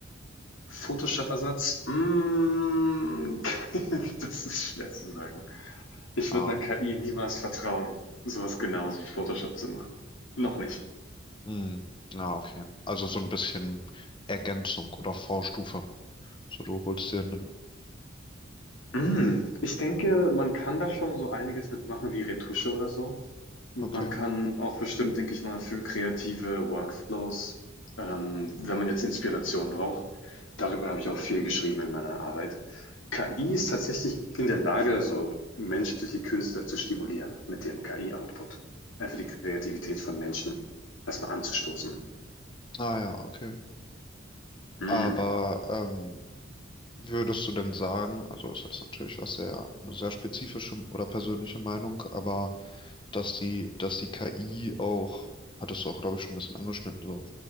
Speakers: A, on the left; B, on the left.
A: Photoshop-Ersatz? Mm. <laughs> Das ist schwer zu sagen. Ich
B: Ah,
A: würde 'ner KI niemals vertrauen, sowas was Genaues wie Photoshop zu machen. Noch nicht.
B: Hm. Ah, okay. Also so ein bisschen Ergänzung oder Vorstufe. So, du holst dir einen.
A: Hm, ich denke, man kann da schon so einiges mitmachen, wie Retusche oder so. Man
B: Okay.
A: kann auch bestimmt, denke ich mal, für kreative Workflows, ähm, wenn man jetzt Inspiration braucht darüber habe ich auch viel geschrieben in meiner Arbeit. KI ist tatsächlich in der Lage, so menschliche Künstler zu stimulieren mit dem KI-Output. Einfach die Kreativität von Menschen erstmal anzustoßen.
B: Ah ja, okay.
A: Hm.
B: Aber ähm, würdest du denn sagen, also ist jetzt natürlich was sehr, eine sehr spezifische oder persönliche Meinung, aber dass die, dass die KI auch, hattest du auch, glaube ich, schon ein bisschen angeschnitten, so